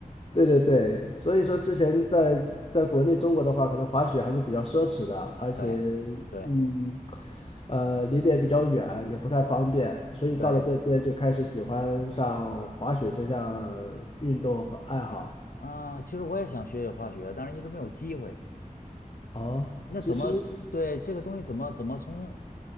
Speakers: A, on the left (about 40°); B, on the left (about 90°).
A: 对对对，所以说之前在在国内中国的话，可能滑雪还是比较奢侈的，而且
B: 对对
A: 嗯，呃，离得也比较远，也不太方便，所以到了这边就开始喜欢上滑雪这项
B: 对
A: 运动和爱好。
B: 啊，其实我也想学学滑雪，但是一直没有机会。
A: 哦，
B: 那怎么对这个东西怎么怎么从
A: 其实，